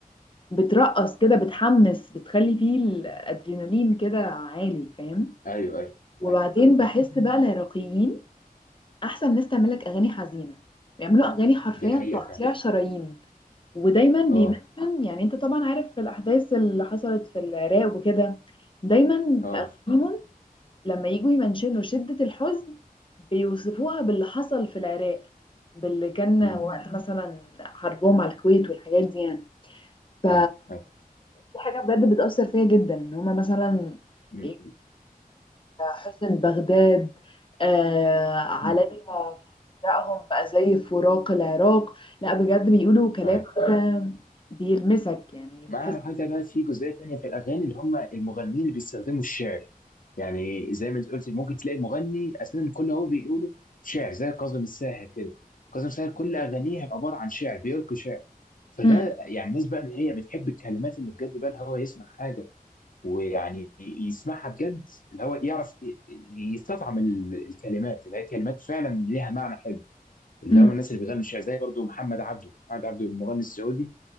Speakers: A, on the left; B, on the left.
A: بترقص كده بتحمس بتخلي فيه الادرينالين كده عالي فاهم
B: ايوه ايوه
A: وبعدين
B: ايوه بس
A: بحس بقى العراقيين احسن ناس تعمل لك اغاني حزينه بيعملوا اغاني حرفيا
B: دي حقيقه
A: تقطيع
B: فعلا
A: شرايين ودايما بيمنشن
B: اه
A: يعني انت طبعا عارف في الاحداث اللي حصلت في العراق وكده دايما
B: اه
A: في اغانيهم لما يجوا يمنشنوا شده الحزن بيوصفوها باللي حصل في العراق باللي كان
B: امم
A: وقت مثلا حربهم على الكويت والحاجات دي يعني ف
B: ايوه ايوه
A: دي حاجة بجد بتأثر فيا جدا ان هما مثلا
B: امم
A: ي- حسن بغداد آه عليا
B: أمم،
A: فراقهم بقى زي فراق العراق لا بجد بيقولوا كلام
B: أيوة.
A: كده بيلمسك يعني بتحس
B: مع حاجة بقى في جزئية تانية في الأغاني اللي هم المغنيين اللي بيستخدموا الشعر يعني زي ما انت قلت ممكن تلاقي مغني أساسا كل هو بيقوله شعر زي كاظم الساهر كده كاظم الساهر كل أغانيه عبارة عن شعر بيلقي شعر فده
A: مم.
B: يعني الناس بقى اللي هي بتحب الكلمات اللي بجد بقى اللي هو يسمع حاجة ويعني يسمعها بجد اللي هو يعرف ي- يستطعم ال- الكلمات اللي هي كلمات فعلا ليها معنى حلو اللي
A: مم.
B: هم الناس اللي بيغنوا الشعر زي برضو محمد عبده محمد عبده المغني السعودي